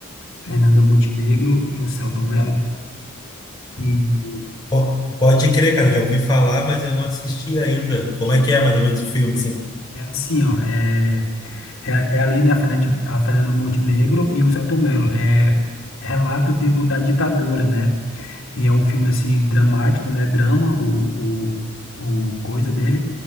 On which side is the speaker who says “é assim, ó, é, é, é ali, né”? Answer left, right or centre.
Left